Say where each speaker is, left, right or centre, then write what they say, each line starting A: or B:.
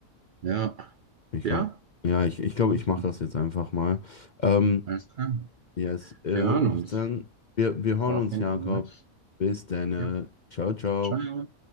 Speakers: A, on the right; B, on the left.
A: Ja.
B: Ich
A: Ja.
B: glaube, ja, ich, ich glaube,
A: Mach
B: ich
A: mal.
B: mache das jetzt einfach mal. Ähm,
A: Alles klar.
B: yes, äh,
A: Wir hören
B: ich
A: uns.
B: würde sagen, wir, wir hören
A: War
B: uns,
A: auf jeden
B: Jakob.
A: Fall nice.
B: Bis dann. äh,
A: Ja.
B: Ciao, ciao.
A: Ciao.